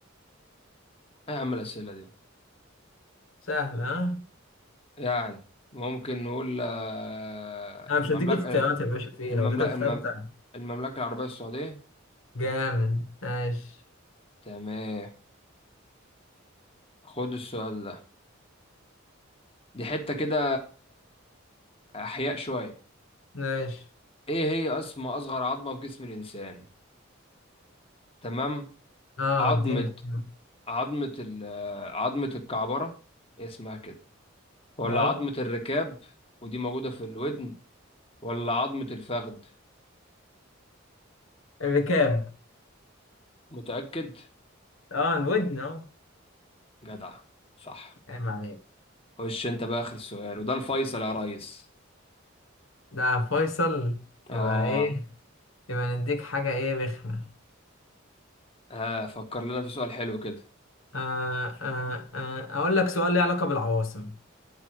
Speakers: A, on the left; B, on the left.
A: ايه يا عم الأسئلة دي
B: سهله ها
A: يعني ممكن نقول آه،
B: انا مش
A: المملكة
B: هديك اختيارات يا باشا في إيه؟
A: المملكة
B: لو اديتك اختيارات
A: المم-
B: هتعرف.
A: المملكة العربية السعودية
B: جامد ماشي
A: تمام خد السؤال ده دي حتة كده أحياء شوية
B: ماشي
A: ايه هي اسم أصغر عظمة في جسم الإنسان تمام
B: اه
A: عظمة
B: اديني اختيار
A: عظمة ال- آه، عظمة الكعبرة هي اسمها كده ولا
B: اه
A: عظمة الركاب ودي موجودة في الودن ولا عظمة الفخذ
B: الركاب
A: متأكد
B: اه الودن اه
A: جدع صح
B: عيب عليك
A: خش انت بقى آخر سؤال وده الفيصل يا ريس
B: ده فيصل
A: اه
B: يبقى ايه يبقى نديك حاجه ايه رخمه
A: اه فكر لنا في سؤال حلو كده
B: آه آه آه اقول لك سؤال ليه علاقة بالعواصم